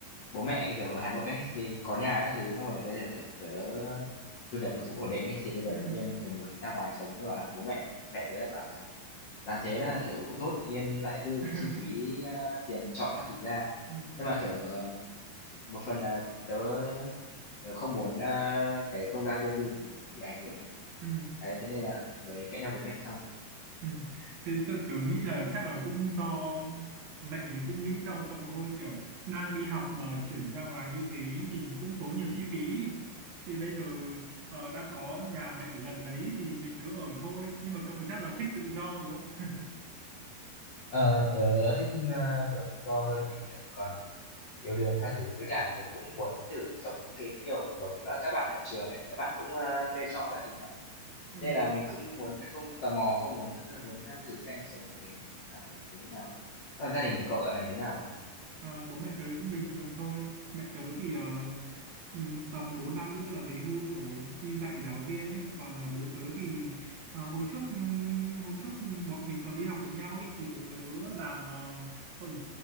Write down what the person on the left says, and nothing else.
bố mẹ kiểu ở Hà Nội ấy, thì có nhà các thứ, xong rồi bây giờ kiểu tớ thu nhập nó cũng ổn định ấy, thì bây giờ
tự nhiên tớ muốn ra ngoài sống nhưng mà bố mẹ mẹ tớ lại bảo là làm thế là kiểu dốt tự nhiên lại dư
cái chi phí ờ, tiền trọ các thứ ra
nhưng mà kiểu ờ, một phần là tớ tớ không muốn ờ, cái không gian riêng tư của mình bị ảnh hưởng ấy
đấy, thế nên là mới cãi nhau với mẹ xong
Ờ, tớ thích ờ, kiểu tự do hơn ấy kiểu còn yêu đương các thứ với cả mình cũng muốn thử sống cái kiểu giống ờ, các bạn ở trường ấy các bạn cũng ờ, thuê trọ các thứ mà
thế nên là mình cũng muốn không tò mò không muốn muốn thử xem sống như thế nó cảm thấy thế như nào ấy Thế còn gia đình của cậu dạo này thế nào